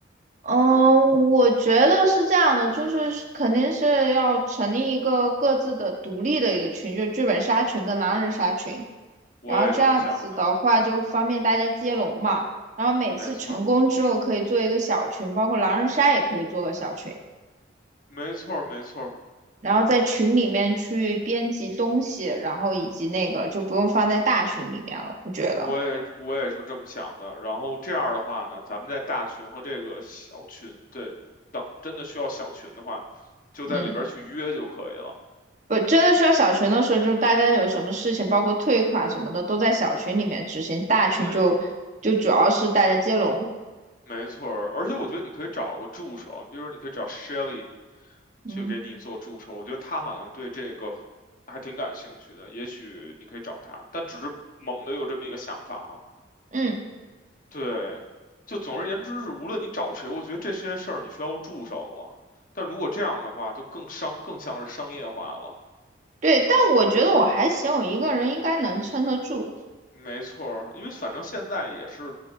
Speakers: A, on the right; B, on the left.
A: 嗯，
B: 我们
A: 我觉得是这样的，就是是肯定是要成立一个各自的独立的一个群，就是剧本杀群跟狼人杀群，
B: 我也这么想的，
A: 然后这样子的话就方便大家接龙嘛。然后每次成功之后可以做一个小群，
B: 没错儿，
A: 包括狼人杀也可以做个小群，
B: 没错儿，没错儿，
A: 然后在群里面去编辑东西，然后以及那个就不用放在大群里面了，我觉得，
B: 我也我也是这么想的。然后这样儿的话呢，咱们在大群和这个小群，对，等真的需要小群的话，就在里边儿去约就可以了。
A: 嗯。我真的需要小群的时候，就是大家有什么事情，包括退款什么的，都在小群里面执行，大群就就主要是大家接龙。
B: 嗯，没，没错儿而且我觉得你可以找个助手，你比如你可以找 Shelly
A: 嗯，
B: 去给你做助手，我觉得他好像对这个还挺感兴趣的，也许你可以找他，但只是猛的有这么一个想法哈。
A: 嗯，
B: 对，就总而言之是，无论你找谁，我觉得这些事儿你需要助手了。但如果这样的话，就更商，更像是商业化了。
A: 对，但我觉得我还行，我一个人应该能撑得住。
B: 没错儿因为反正现在也是